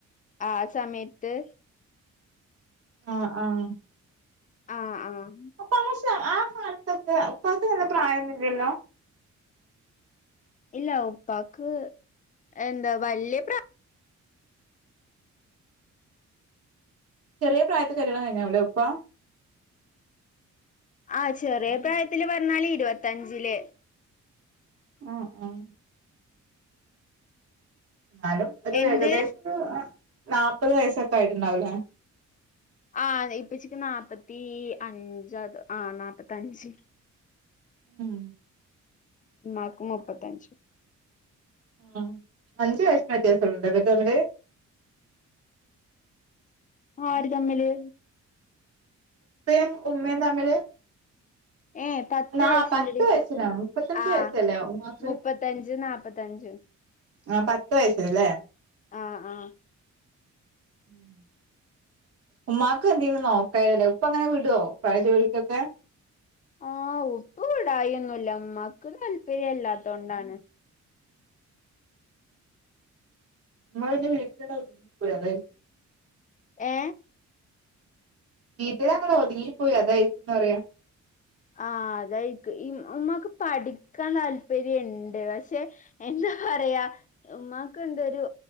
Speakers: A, on the left; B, on the right.
A: ആ സമയത്ത്
B: ആഹ് ആഹ്
A: ആ ആഹ്
B: അപ്പൊ ആ. ആ കാലത്തൊക്ക ഉപ്പാക്ക് നല്ല പ്രായന്നുല്ലല്ലോ
A: ഇല്ല ഉപ്പാക്ക് എന്താ വലിയ പ്രാ
B: ചെറിയ പ്രായത്ത് കല്യാണം കഴിഞ്ഞാവു ല്ലോ ഉപ്പ
A: ആ ചെറിയ പ്രായത്തില് പറഞ്ഞാല് ഇരുപത്തഞ്ചില്
B: ആ ആഹ് എന്നാലും ഒരു
A: എന്ത്
B: ഏകദേശം ഒരു നാല്പത് വയസ്സൊക്കെ ആയിട്ടുണ്ടാവൂലേ
A: ആ ഇപ്പച്ചി ക്ക് നാപത്തി അഞ്ച് അത് ആഹ് നാപത്തി അഞ്ച്
B: ഉം
A: ഉമ്മാ ക്ക് മുപ്പത്തഞ്ച്
B: ആ അഞ്ചു വയസ്സിന് വ്യത്യാസമുണ്ട് അവർ തമ്മിൽ
A: ആര് തമ്മില്
B: ഉപ്പയും ഉമ്മയും തമ്മില്
A: ഏ പത്ത്
B: ആ
A: വയസിന്റെ
B: പത്ത്
A: ഡിഫ്ര
B: വയസ്സിനാണ് മുപ്പത്തഞ്ച്
A: ആ
B: വയസ്സല്ലേ ഉമ്മാക്ക്
A: മുപ്പത്തഞ്ച് നാപ്പ മുപ്പത്തഞ്ച്
B: ആ പത്ത് വയസ്ന് ലേ
A: ആഹ ആഹ
B: ഉം ഉമ്മാക്ക് എന്തെങ്കിലും നോക്കേനിലേ ഇപ്പങ്ങനെ വിടു ഓ പഴ ജോലിക്കൊക്കെ
A: ആഹ് ഉപ്പവിടായിന്നുല്ല ഉമ്മക്ക് താല്പര്യ ഇല്ലാത്തോണ്ടാണ്
B: <inaudible>
A: ഏ
B: വീട്ടിൽ അങ്ങെ ഒതുങ്ങി പോയി അത് ന്ന് പറയാ
A: ആ അതായിക് ഉമ്മാ ക്ക് പഠിക്കാൻ താല്പര്യംണ്ട് പക്ഷെ എന്താ പറയാ ഉമ്മാക്ക് എന്തരു